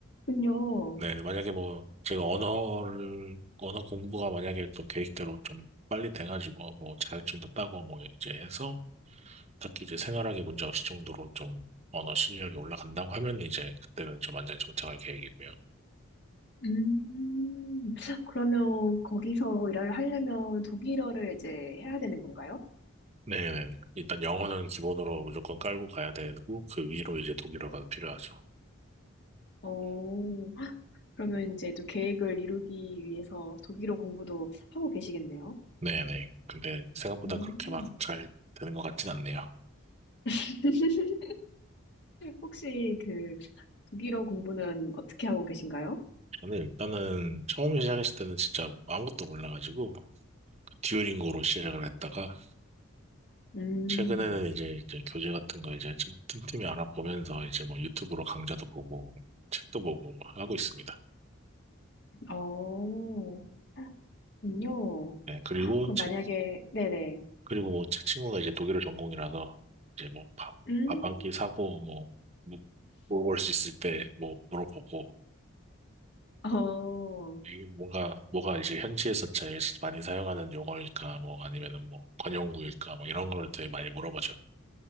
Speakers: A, on the left; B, on the right.
A: 그렇군요.
B: 네, 만약에 뭐 제가 언어를, 언어 공부가 만약에 또 계획대로 좀 빨리 돼가지고 뭐 자격증도 따고 뭐 이제 해서 딱히 이제 생활하기 문제 없을 정도로 좀 언어 실력이 올라간다고 하면 이제 그때는 좀 완전히 정착할 계획이고요.
A: 음, 그러면 거기서 일을 하려면 독일어를 이제 해야 되는 건가요?
B: 네네. 일단 영어는 기본으로 무조건 깔고 가야 되고 그 위로 이제 독일어가 필요하죠.
A: 오, 그러면 이제 또 계획을 이루기 위해서 독일어 공부도 하고 계시겠네요.
B: 네네. 근데 생각보다
A: 음,
B: 그렇게 막 잘 되는 것 같진 않네요.
A: <laughs> 혹시 그 독일어 공부는 어떻게 하고 계신가요?
B: 저는 일단은 처음 시작했을 때는 진짜 아무것도 몰라가지고 그 듀오링고로 시작을 했다가
A: 음,
B: 최근에는 이제 이제 교재 같은 거 이제 좀 틈틈이 알아보면서 이제 뭐 유튜브로 강좌도 보고 책도 보고 하고 있습니다.
A: 어, 군요.
B: 네, 그리고
A: 그럼
B: 제,
A: 만약에, 네네.
B: 그리고 뭐 제 친구가 이제 독일어 전공이라서 이제 뭐 밥,
A: 음,
B: 밥 한 끼 사고 뭐, 뭐 물어볼 수 있을 때 뭐 물어보고
A: 어,
B: 이게 뭔가 뭐가 이제 현지에서 제일 많이 사용하는 용어일까 뭐 아니면은 뭐 관용구일까 뭐 이런 거를 되게 많이 물어보죠.